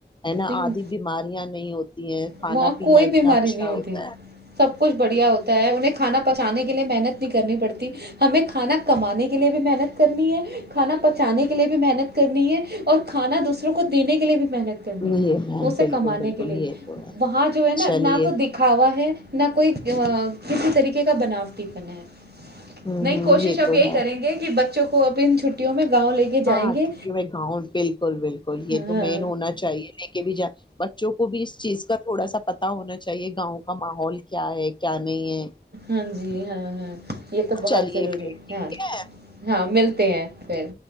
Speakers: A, on the left; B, on the right.
A: ہے نہ
B: لیکن
A: آدھی بیماریاں نہیں ہوتی ہیں کھانا
B: وہاں
A: پینا
B: کوئی بیماری
A: اچھا
B: نہیں ہوتی
A: ہوتا ہے
B: سب کچھ بڑھیا ہوتا ہے انہیں کھانا پچانے کے لیے محنت نہیں کرنی پڑتی ہمیں ک کھانا کمانے کے لیے بھی محنت کرنی ہے کھانا پچانے کے لیے بھی محنت کرنی ہے اور کھانا دوسروں کو دینے کے لیے بھی محنت کرنی
A: یہ
B: ہے اسے
A: بالکل
B: کمانے
A: بالکل
B: کے لیے
A: یہ تو ہے
B: وہاں جو ہے نا
A: چلیے
B: نہ تو دکھاوا ہے نہ کوئی کسی طریقے کا بناوٹی پن ہے
A: ہوں
B: نہیں
A: ہوں
B: کوشش
A: یہ
B: اب
A: تو
B: یہی
A: ہے
B: کریں گے کہ بچوں کو کو اب ان چھٹیوں میں گاؤں لے کے جائیں
A: ہاں
B: گے
A: چھوٹی میں گاؤں بلکل بلکل یہ
B: ہاں
A: تو مین ہونا چاہیے لیکے بھی جا بچوں کو بھی اس چیز کا تھوڑا سا پتا ہونا چاہیے گاؤں کا ماحول کیا ہے کیا نہیں ہے
B: ہاں جی ہاں ہ یہ تو
A: چلیے
B: بہت ضروری
A: پھر ٹھیک
B: ہ
A: ہے
B: ہاں ملتے ہیں پھر